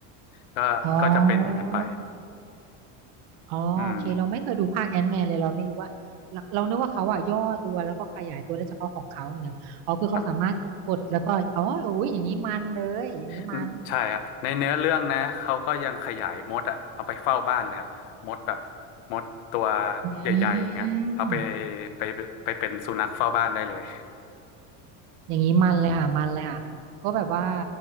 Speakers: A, on the left; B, on the right.
A: ก็ก็จะเป็นอย่างนั้นไป
B: อ๋อ อ๋อโอเคเราไม่เคยดูภาคแอน
A: อืม
B: m ์แมนเลยเราไม่รู้ว่าเราเรานึกว่าเขาอะย่อตัวแล้วก็ขยายตัวได้เฉพาะของเขาอย่างเดียวอ๋อคือเขาสามารถกดแล้วก็อ๋ออุ้ยอย่างนี้มันเลยอย่างนี้มัน
A: ครับ อืมใช่ครับในเนื้อเรื่องนะเขาก็ยังขยายมดอะเอาไปเฝ้าบ้านเลยครับมดแบบมดตัว
B: อืม
A: ใหญ่ๆอย่างเงี้ยเอาไปไปไปเป็นสุนัขเฝ้าบ้านได้เลย
B: อย่างนี้มันเลยค่ะมันเลยค่ะก็แบบว่า